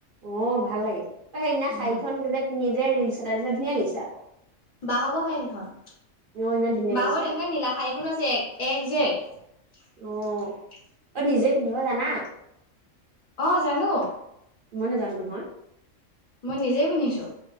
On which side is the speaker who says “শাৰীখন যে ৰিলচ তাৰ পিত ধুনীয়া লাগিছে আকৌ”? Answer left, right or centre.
Right